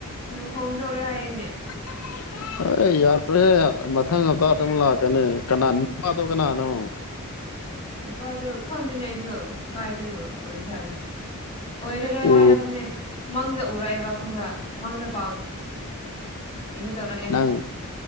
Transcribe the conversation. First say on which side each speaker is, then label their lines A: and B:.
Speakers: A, on the left; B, on the left.
A: ꯅꯨ ꯍꯣꯡꯗꯧꯔꯦ ꯍꯥꯏꯅꯦ
B: <unintelligible> ꯑꯥꯏ ꯌꯥꯔꯣꯍꯦ ꯃꯊꯪ ꯍꯞꯇꯥ ꯑꯃꯨꯛ ꯂꯥꯛꯀꯥꯅꯤ ꯀꯅꯥ ꯅꯨꯄꯥꯗꯣ ꯀꯅꯥꯅꯣ
A: ꯅꯨꯄꯥꯗꯣ ꯈꯪꯗꯦꯅꯦ ꯑꯩꯁꯨ ꯀꯥꯏꯗꯒꯤ ꯑꯣꯏꯕ ꯖꯥꯠꯂꯥ ꯑꯣꯏꯔꯔꯣꯏ
B: ꯎ
A: ꯍꯥꯏꯔꯛꯄꯅꯦ ꯃꯪꯗ ꯎꯔꯛꯑꯦꯕ ꯈꯪꯕ꯭ꯔꯥ ꯃꯪꯗ ꯄꯥꯎ ꯀꯩꯅꯣ ꯇꯧꯔꯥꯑꯦ
B: ꯅꯪ